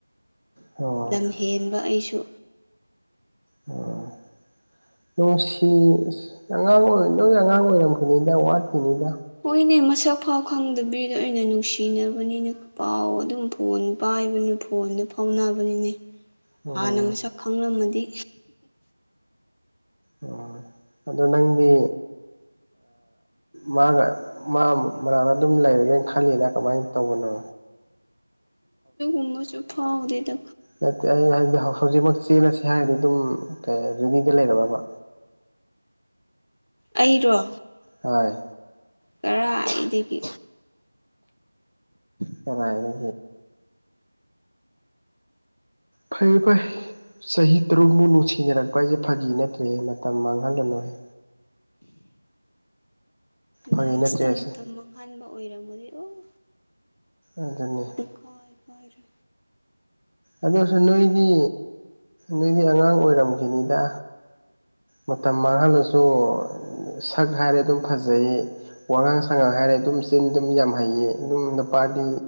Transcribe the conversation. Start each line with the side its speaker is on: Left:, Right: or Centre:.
Right: ꯑꯣ
Left: ꯂꯝ ꯍꯦꯟꯕ ꯑꯩꯁꯨ
Right: ꯎꯝ ꯅꯨꯡꯁꯤ ꯑꯉꯥꯡ ꯑꯣꯏ ꯅꯣꯏ ꯑꯉꯥꯡ ꯑꯣꯏꯔꯝꯈꯤꯅꯤꯗ ꯋꯥꯠꯈꯤꯅꯤꯗ
Left: ꯍꯣꯏꯅꯦ ꯃꯁꯛ ꯐꯥꯎ ꯈꯪꯗꯕꯤꯗ ꯑꯩꯅ ꯅꯨꯡꯁꯤꯅꯕꯅꯤꯅ ꯄꯥꯎ ꯑꯗꯨꯝ ꯐꯥꯎ ꯐꯣꯟ ꯄꯥꯏꯕꯅ ꯐꯣꯟꯗ ꯐꯥꯎꯅꯕꯅꯤꯅꯦ
Right: ꯑꯣ
Left: ꯍꯥꯟꯅ ꯃꯁꯛ ꯈꯪꯂꯝꯃꯗꯤ
Right: ꯑꯣ ꯑꯗꯣ ꯅꯪꯗꯤ ꯃꯥꯒ ꯃꯥ ꯃꯅꯥꯛꯇ ꯑꯗꯨꯝ ꯂꯩꯔꯒꯦꯅ ꯈꯜꯂꯤꯅ ꯀꯃꯥꯏꯅ ꯇꯧꯕꯅꯣ
Left: ꯎꯕ ꯆꯐꯥꯎꯗꯦꯗ
Right: ꯅꯠꯇꯦ ꯑꯩꯅ ꯍꯥꯏꯕꯗꯤ ꯍꯧꯖꯤꯛꯃꯛ ꯆꯦꯜꯂꯁꯤ ꯍꯥꯏꯔꯗꯤ ꯑꯗꯨꯝ ꯀ ꯔꯦꯅꯤꯗ ꯂꯩꯔꯕꯝꯃꯕ
Left: ꯑꯩꯔꯣ
Right: ꯍꯣꯏ
Left: ꯀꯔ ꯑꯩꯗꯒꯤ
Right: ꯀꯔꯔ ꯐꯩꯌꯦ ꯐꯩ ꯆꯍꯤ ꯇꯔꯨꯛꯃꯨꯛ ꯅꯨꯡꯁꯤꯅꯔꯛꯄ ꯍꯥꯏꯁꯦ ꯐꯥꯒꯤ ꯅꯠꯇ꯭ꯔꯦꯍꯦ ꯃꯇꯝ ꯃꯥꯡꯍꯜꯂꯅꯨꯍꯦ
Left: ꯂꯥꯁꯇ
Right: ꯐꯥꯒꯤ ꯅꯠꯇ꯭ꯔꯦ ꯑꯁꯤ
Left: ꯃꯇꯝ ꯃꯥꯡꯍꯥꯟꯕ ꯑꯣꯏꯔꯝꯃꯨꯗꯤ ꯑꯣ
Right: ꯑꯗꯨ ꯑꯗꯨꯅꯦ
Left: ꯀꯥ ꯑꯣꯏꯔ
Right: ꯑꯗꯨꯁꯨ ꯅꯣꯏꯗꯤ ꯅꯣꯏꯗꯤ ꯑꯉꯥꯡ ꯑꯣꯏꯔꯝꯈꯤꯅꯤꯗ ꯃꯇꯝ ꯃꯥꯡꯍꯜꯂꯁꯨ ꯁꯛ ꯍꯥꯏꯔꯦ ꯑꯗꯨꯝ ꯐꯖꯩ ꯑꯉꯥꯡ ꯁꯉꯥꯡ ꯍꯥꯏꯔꯦ ꯑꯗꯨꯝ ꯆꯤꯟ ꯑꯗꯨꯝ ꯌꯥꯝ ꯍꯩꯌꯦ ꯑꯗꯨꯝ ꯄꯅꯤ